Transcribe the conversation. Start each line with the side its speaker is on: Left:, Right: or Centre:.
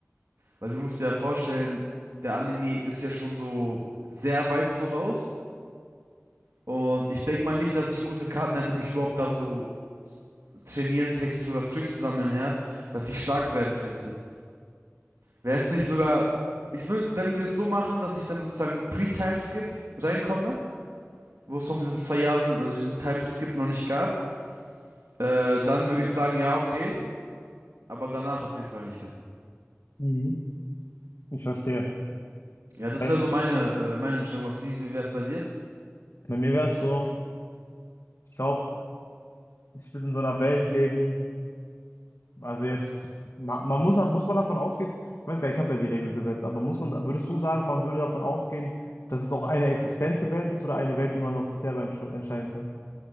Right: Weil du musst dir ja vorstellen, der Anime ist ja schon so sehr weit voraus. Und ich denke mal nicht, dass ich gute Karten hätte, mich überhaupt da so trainieren, technisch oder Früchte sammeln her, dass ich stark werden könnte. Wäre es nicht sogar, ich würde, wenn wir es so machen, dass ich dann sozusagen Pre-Time-Skip reinkomme, wo es doch diesen zwei Jahren, also diesen Time-Skip noch nicht gab. Äh, dann würde ich sagen, ja, okay, aber danach auf jeden Fall nicht mehr.
Left: mhm. Ich verstehe.
Right: Ja,
Left: Bei,
Right: das wäre so meine, äh, meine Entscheidung. Was, wie wäre es bei dir?
Left: bei mir wäre es so, ich glaube, ich will in so einer Welt leben. Also jetzt, ma- man muss, muss man davon ausgehen, ich weiß gar nicht, ich habe ja die Regel gesetzt, aber muss man, würdest du sagen, man würde davon ausgehen, dass es auch eine existente Welt ist oder eine Welt, die man aus sich selber entschu- entscheiden kann?